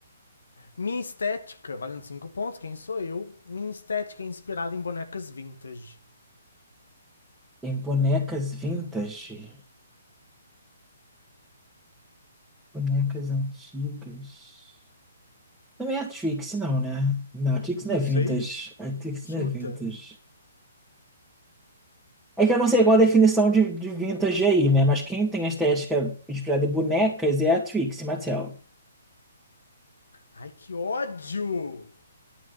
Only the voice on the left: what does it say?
minha estética, valendo 5 pontos, quem sou eu? Minha estética é inspirada em bonecas vintage.
Não
sei?
Chuta.
Ai, que ódio!